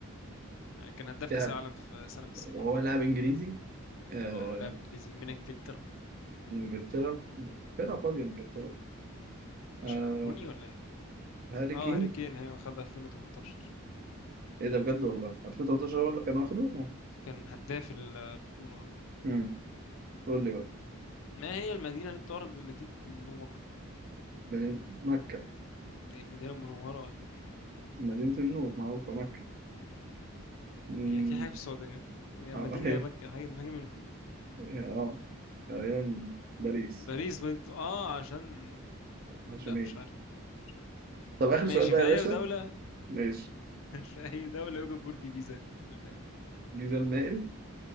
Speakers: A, on the left; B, on the right.
A: يعني كان هداف
B: لاعب
A: كأس العالم في سنة من السنين
B: هو
A: يعني
B: لاعب إنجليزي آه...
A: اه لاعب انجليزي من انجلترا
B: إنجلترا إنجلترا فاضية إنجلترا
A: مش
B: آه...
A: عارف روني ولا يعني
B: هاري
A: اه
B: كين
A: هاري كين هي خدها 2018
B: إيه ده بجد والله 2013 هو اللي كان واخده؟
A: كان هداف البطولة
B: مم. قول لي بقى
A: ما هي المدينة اللي تعرف بمدينة النور
B: مدينة مكة
A: هي المدينة المنورة ولا ايه
B: مدينة النور معروفة مكة أمم،
A: هي اكيد حاجة في السعودية هي
B: أو
A: مدينة
B: إيه
A: يا مكة حاجة حاجة منهم يعني.
B: أه تقريبا باريس
A: باريس بد... اه عشان
B: عشان
A: لا
B: إيه
A: مش عارف مش عارف
B: طب آخر
A: ماشي
B: سؤال بقى
A: في
B: يا
A: أي
B: باشا
A: دولة
B: ماشي
A: <laughs> في أي دولة يوجد برج بيزا المائل
B: <laughs> جيزة المائل